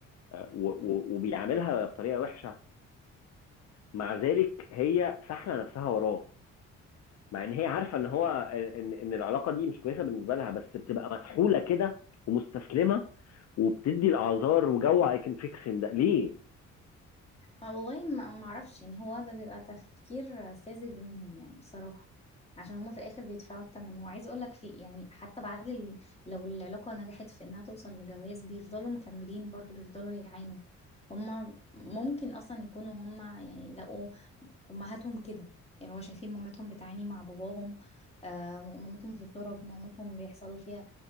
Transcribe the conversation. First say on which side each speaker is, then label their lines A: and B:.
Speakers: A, on the left (about 60°); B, on the left (about 20°).
A: و... و- وبيعاملها بطريقه وحشه مع ذلك هي ساحله نفسها وراه مع ان هي عارفه ان هو ان ان العلاقه دي مش كويسه بالنسبه لها بس بتبقى مسحوله كده ومستسلمه وبتدي الاعذار وجو اي كان فيكس ده ليه
B: ما- والله ما ما اعرفش يعني هو ده بيبقى تفكير ساذج منهم يعني بصراحة عشان هما في الاخر بيدفعوا الثمن وعايز اقول لك في يعني حتى بعد ال... لو العلاقة نجحت في انها توصل لجواز بيفضلوا مكملين برضو بيفضلوا يعانوا هما ممكن اصلا يكونوا هما يعني لقوا امهاتهم كده يعني هو شايفين مامتهم بتعاني مع باباهم آه مامتهم بتتضرب مامتهم بيحصل فيها